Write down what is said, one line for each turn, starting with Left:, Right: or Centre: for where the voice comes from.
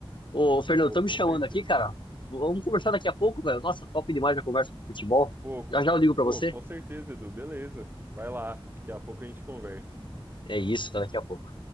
Left: Ô, Fernando,
Right: Pô,
Left: tô
Right: com
Left: me chamando
Right: certeza.
Left: aqui, cara. Vamos conversar daqui a pouco, velho. Nossa, top demais a conversa do futebol.
Right: Pô,
Left: Já já eu ligo pra
Right: pô,
Left: você.
Right: com certeza, Edu, beleza. Vai lá, daqui a pouco a gente conversa.
Left: É isso, tá daqui a pouco.